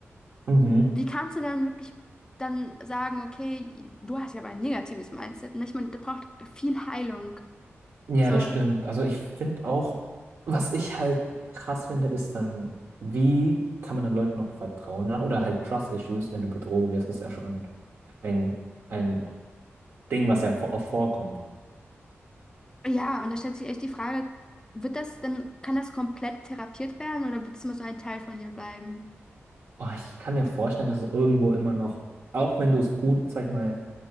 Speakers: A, on the right (about 60°); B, on the left (about 15°).
A: Mhm.
B: Wie kannst du dann wirklich dann sagen, okay, du hast ja aber ein negatives Mindset, ne? Ich meine, da braucht viel Heilung.
A: Ja,
B: So,
A: das stimmt. Also ich finde auch, was ich halt krass finde, ist dann, wie kann man dann Leuten noch vertrauen? ne? Oder halt Trust Issues, wenn du betrogen wirst, ist ja schon ein, ein Ding, was ja vor- auch vorkommt.
B: Ja, und da stellt sich echt die Frage, wird das denn, kann das komplett therapiert werden oder wird es immer so ein Teil von dir bleiben?
A: Oh, ich kann mir vorstellen, dass es irgendwo immer noch, auch wenn du es gut, sag ich mal,